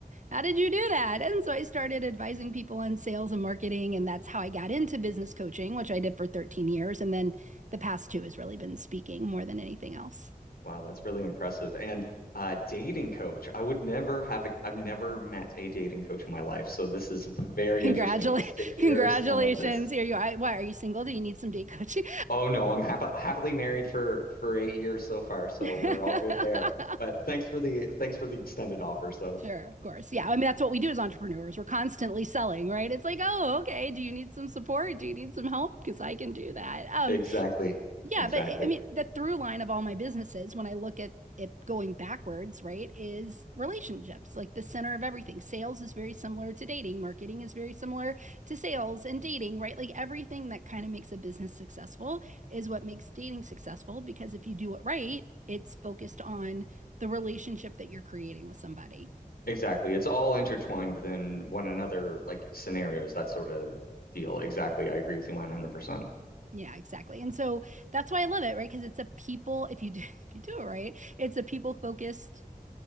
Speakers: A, on the right; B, on the left.
A: How did you do that? And so I started advising people on sales and marketing. And that's how I got into business coaching, which I did for 13 years. And then the past two has really been speaking more than anything else.
B: Wow, that's really impressive. And uh, dating coach. I would never have a, I've never met a dating coach in my life, so this is very
A: Congratulations.
B: interesting just to hear
A: <laughs> Congratulations.
B: some of this
A: Here you are. Why are you single? Do you need some date coaching?
B: Oh no, I'm hap happily married for for eight years so far, so
A: <laughs>
B: we're all good there. But thanks for the thanks for the extended offer. So
A: sure, of course.
B: Yeah.
A: Yeah. I mean, that's what we do as entrepreneurs. We're constantly selling, right? It's like, oh, okay. Do you need some support? Do you need some help? Because I can do that. Um,
B: exactly,
A: Yeah,
B: exactly,
A: but it, I mean, the through line of all my businesses, when I look at it going backwards, right, is relationships, like the center of everything. Sales is very similar to dating, marketing is very similar to sales and dating, right? Like everything that kind of makes a business successful is what makes dating successful because if you do it right, it's focused on the relationship that you're creating with somebody.
B: exactly. It's all intertwined within one another, like scenarios, that sort of deal. Exactly, I agree with you 100%.
A: Yeah, exactly. And so that's why I love it, right? Because it's a people, if you do, <laughs> if you do it right, it's a people focused